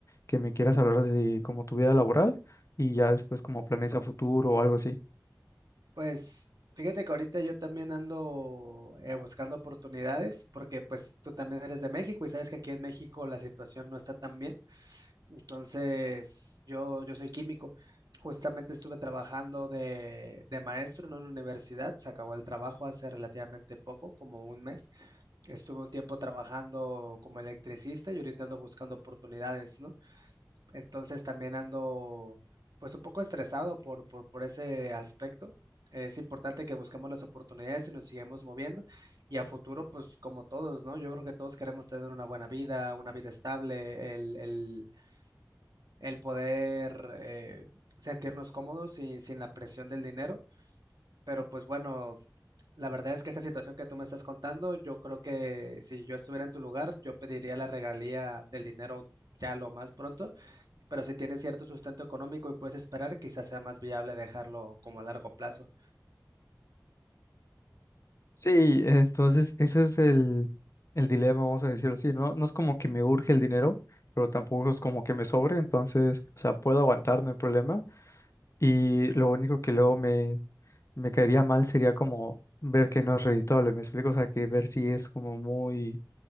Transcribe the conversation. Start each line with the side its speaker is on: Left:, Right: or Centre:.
Left: que me quieras hablar de como tu vida laboral y ya después como planes a futuro o algo así.
Right: Pues fíjate que ahorita yo también ando eh, buscando oportunidades porque pues tú también eres de México y sabes que aquí en México la situación no está tan bien. Entonces yo, yo soy químico. Justamente estuve trabajando de, de maestro en una universidad. Se acabó el trabajo hace relativamente poco, como un mes. Estuve un tiempo trabajando como electricista y ahorita ando buscando oportunidades, ¿no? Entonces también ando pues un poco estresado por, por, por ese aspecto. Es importante que busquemos las oportunidades y nos sigamos moviendo. Y a futuro, pues como todos, ¿no? Yo creo que todos queremos tener una buena vida, una vida estable, el, el, el poder eh, sentirnos cómodos y sin la presión del dinero. Pero pues bueno, la verdad es que esta situación que tú me estás contando, yo creo que si yo estuviera en tu lugar, yo pediría la regalía del dinero ya lo más pronto pero si tienes cierto sustento económico y puedes esperar, quizás sea más viable dejarlo como a largo plazo.
Left: Sí, entonces ese es el, el dilema, vamos a decirlo así, ¿no? No es como que me urge el dinero, pero tampoco es como que me sobre, entonces, o sea, puedo aguantar, no hay problema. Y lo único que luego me, me caería mal sería como ver que no es redituable, ¿me explico? O sea, que ver si es como muy,